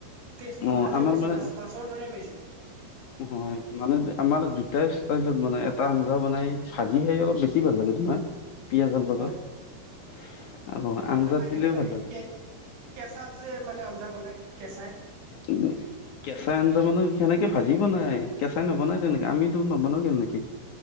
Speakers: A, on the right; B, on the left.
A: টেষ্টটো
B: অ
A: ভালেই
B: আমাৰ
A: পাইছোঁ
B: মানে
A: মাছ-মাছৰ দৰে পাইছোঁ।
B: হয় মানে আমাৰ দুটাই ষ্টাইলত মানে এটা আঞ্জা বনাই, ভাজি খায় অলপ বেছি ভাল লাগে তোমাৰ। পিয়াজৰ লগত
A: হয়
B: আৰু
A: কেঁচা
B: আঞ্জাত
A: খাই কেনে
B: দিলেওঁ ভাল লাগে।
A: কে কেঁচাত যে মানে আঞ্জা বনাই কেঁচাই।
B: উম কেঁচাই আঞ্জা জানো এনেকে ভাজি বনাই কেঁচাই নবনাই তেনেকে আমিতো নবনাওঁ তেনেকে